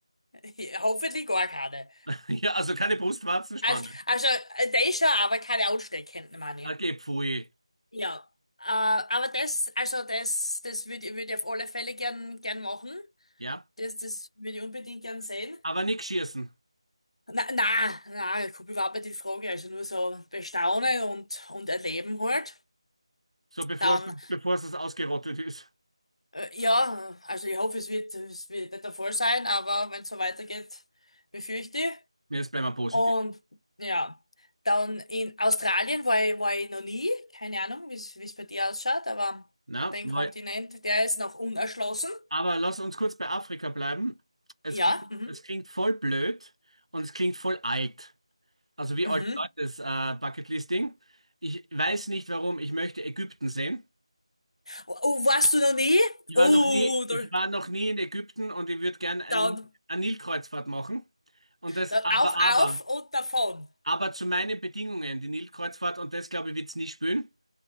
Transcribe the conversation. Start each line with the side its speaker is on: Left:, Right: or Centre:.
Left: <laughs> Hoffentlich gar keine.
Right: <laughs> Ja, also keine Brustwarzenspanne.
Left: Also, also äh, der ist schon, aber keine ansteckenden, meine
Right: Okay,
Left: ich.
Right: pfui.
Left: Ja. Äh, aber das, also das, das würde würd würd ich auf alle Fälle gern, gern machen.
Right: Ja,
Left: Das, das würde ich unbedingt gern sehen.
Right: aber nix schießen.
Left: Na, na, na, ich komme überhaupt nicht in Frage. Also nur so bestaunen und, und erleben halt.
Right: So bevor
Left: Dann,
Right: es, bevor es ausgerottet ist.
Left: äh, ja, also ich hoffe, es wird, es wird nicht der Fall sein, aber wenn es so weitergeht, befürchte ich.
Right: Nee, Jetzt bleiben wir positiv.
Left: Und ja, dann in Australien war ich, war ich noch nie. Keine Ahnung, wie es wie es bei dir ausschaut, aber
Right: Na,
Left: den
Right: weil,
Left: Kontinent, der ist noch unerschlossen.
Right: aber lass uns kurz bei Afrika bleiben. Es
Left: Ja,
Right: klingt,
Left: mhm.
Right: es klingt voll blöd und es klingt voll alt. Also wie
Left: Mhm.
Right: alte Leute das äh, Bucketlisting. Ich weiß nicht warum, ich möchte Ägypten sehen.
Left: Oh, oh, warst du noch nie?
Right: Ich
Left: Oh,
Right: war noch nie,
Left: da,
Right: ich war noch nie in Ägypten und ich würde gerne eine,
Left: dann,
Right: eine Nilkreuzfahrt machen. Und das
Left: dann
Right: aber,
Left: auf,
Right: aber,
Left: auf und davon.
Right: aber zu meinen Bedingungen, die Nilkreuzfahrt, und das glaube ich, wird's nie spüren.